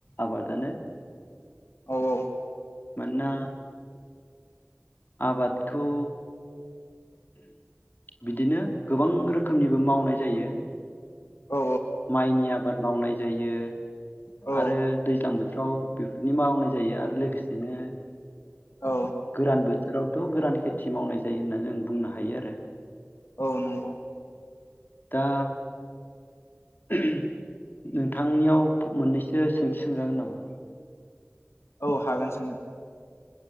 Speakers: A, on the left; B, on the left.
A: आबादानो
B: औ औ
A: मानोना आबादखौ बिदिनो गोबां रोखोमनिबो मावनाय जायो
B: औ
A: माइनि आब आबाद मावनाय जायो
B: औ
A: आरो दैज्लां बोथोर बोथोरफ्राव बेफोरनि मावनाय जायो आरो लोगोसेनो
B: औ
A: गोरान बोथोर बोथोरावथ' गोरान खेथि मावनाय जायो होनना जों बुंनो हायो आरो
B: औ नंगौ
A: दा <unintelligible> नोंथांनियाव मोननैसो सोंथि सोंजागोन नामा
B: औ हागोन सोंनो